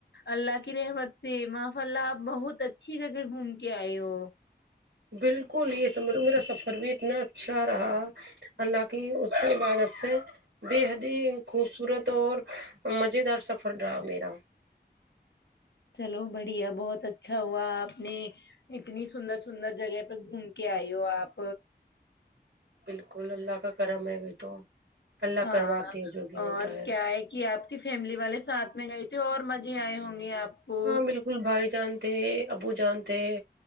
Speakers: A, on the left; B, on the right.
A: اللہ کی رحمت سے ماںف اللہ آپ بہت اچھی جگہ گھومتے کیا آو
B: بالکل یہ سمجھ لو میرا سفر بھی اتنا اچھا رہا حالانکہ اسی بد سے بے حد ہی خوبصورت اور مز دار سفر رہا میرا
A: چلو بڑھیا بہت اچھا ہوا آپ نے اتنی سندر سندر جگہ پہ گھوم کے آئی ہو آپ
B: بالکل اللہ کا کرم ہے بھی تو اللہ
A: ہاں
B: کرواتے ہیں جو بھی ہوتا
A: اور کیا ہے کہ آپ فیملی والے ساتھ میں گئے تھے اور مزے آئے ہوں گے آپ کو
B: ہاں بالکل بھائی جانتے ابو جانتے